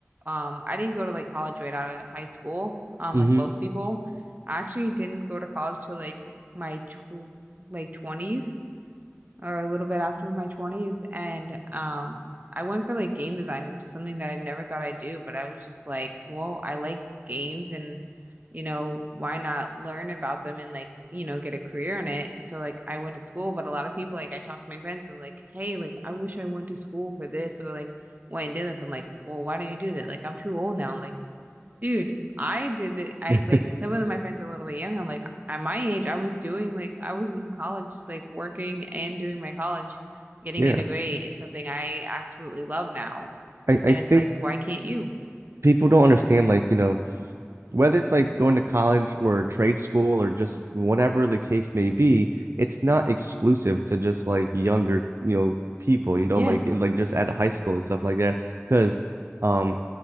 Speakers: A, on the right; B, on the right.
A: um I didn't go to like college right out of high school um
B: hmm
A: like most people. I actually didn't go to college till like my tw like 20s or a little bit after my 20s and um I went for like game design, which is something that I've never thought I'd do, but I was just like, well, I like games and you know, why not learn about them and like, you know, get a career in it. So like I went to school, but a lot of people like I talked to my friends and like, hey, like I wish I went to school for this or like went and did this. I'm like, well, why don't you do that? Like I'm too old now. I'm like, Dude, I did it.
B: <laughs>
A: I like, and some of my friends are a little bit young. I'm like, at my age, I was doing like, I was in college, like working and doing my college, getting
B: Yeah.
A: a degree in something I absolutely love now.
B: I, I
A: And
B: think
A: it's like, why can't you?
B: people don't understand like, you know, whether it's like going to college or trade school or just whatever the case may be, it's not exclusive to just like younger, you know, people, you
A: Yeah,
B: know, like like just at high school and stuff like that. Because um